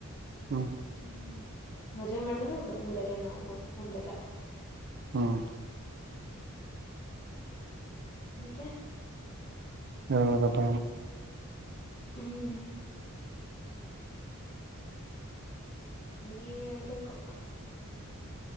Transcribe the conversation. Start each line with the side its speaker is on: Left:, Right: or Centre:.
Right: ಹ್ಮ್
Left: ಹ್ಮ್ ಮದುವೆ ಮಾಡಿದ್ರು ಊರಲ್ಲೇ ನಾವು ಮ ನಮ್ದೆಲ್ಲಾ
Right: ಹ್ಮ್
Left: ಮತ್ತೆ
Right: ಏಳ ಕತ್ತ
Left: ಹ್ಮ್ ನೀವ್ ಹೇಳ್ಬೇಕು